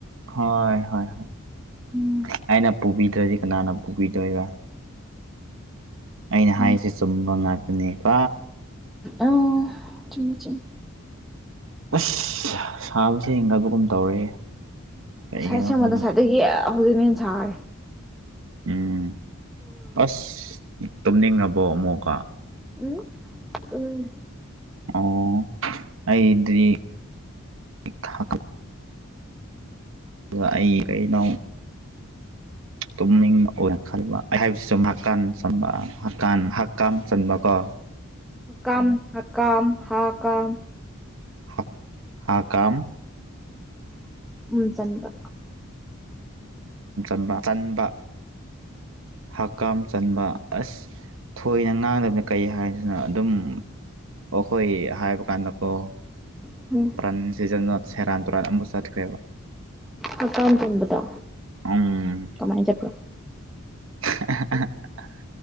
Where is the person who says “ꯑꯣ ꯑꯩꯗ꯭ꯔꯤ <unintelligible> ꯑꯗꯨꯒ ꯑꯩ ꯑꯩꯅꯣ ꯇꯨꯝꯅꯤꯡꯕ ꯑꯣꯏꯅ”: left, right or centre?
Right